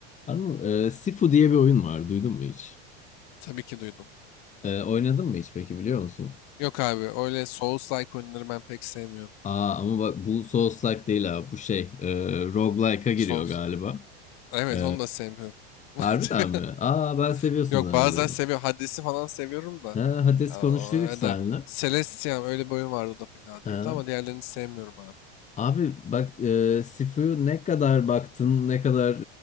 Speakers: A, on the left; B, on the left.
A: Anıl, e, Sifu diye bir oyun var. Duydun mu hiç?
B: Tabii ki duydum.
A: E, oynadın mı hiç peki biliyor musun?
B: Yok abi öyle Souls-like oyunları ben pek sevmiyorum.
A: Aa ama bak bu Souls-like değil ha. Bu şey e, roguelike'a giriyor
B: Souls...
A: galiba.
B: Evet
A: E,
B: onu da sevmiyorum. <laughs>
A: harbiden mi? Aa ben seviyorsun
B: Yok
A: zannediyordum.
B: bazen seviyorum. Hades'i falan seviyorum da.
A: Ha, Hades
B: Ya,
A: konuştuyduk
B: o- ya
A: seninle.
B: da Celestia'm öyle bir oyun vardı o da fena
A: Ha.
B: değildi ama diğerlerini sevmiyorum abi.
A: Abi bak e, Sifu'yu ne kadar baktın, ne kadar